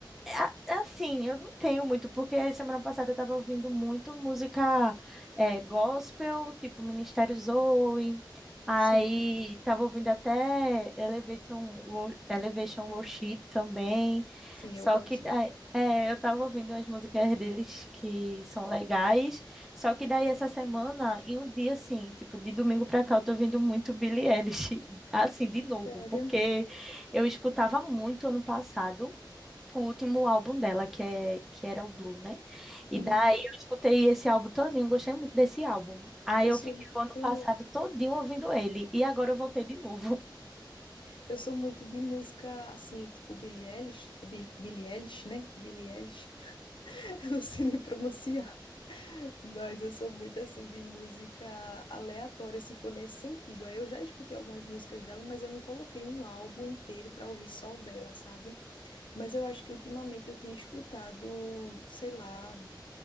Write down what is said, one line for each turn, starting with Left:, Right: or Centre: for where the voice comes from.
Centre: A- Assim, eu não tenho muito, porque semana passada eu tava ouvindo muito música é, gospel, tipo Ministério Zoe, aí
Left: Sim,
Centre: tava ouvindo até Elevation, Wo- Elevation Worship também,
Left: sim,
Centre: só
Left: eu gosto
Centre: que daí-
Left: muito.
Centre: é, eu tava ouvindo umas músicas deles que são legais, só que daí essa semana, em um dia assim, tipo de domingo pra cá, eu tô ouvindo muito Billie Eilish, <laughs> assim, de novo,
Left: Sério?
Centre: porque eu escutava muito ano passado, o último álbum dela, que é que era o Blue, né? E
Left: Hum.
Centre: daí eu escutei esse álbum todinho, gostei muito desse álbum. Aí
Left: Eu
Centre: eu
Left: sou
Centre: fiquei
Left: muito,
Centre: o ano passado todinho ouvindo ele e agora eu voltei de novo. <laughs>
Left: eu sou muito de música assim, tipo Billie Eilish, Bi- Billie Eilish, né? Billie Eilish. <laughs> Eu não sei nem pronunciar. Mas eu sou muito assim de música aleatória, se for nesse sentido. Aí eu já escutei algumas músicas dela, mas eu não coloquei um álbum inteiro pra ouvir só dela, sabe? Mas eu acho que ultimamente eu tenho escutado, sei lá,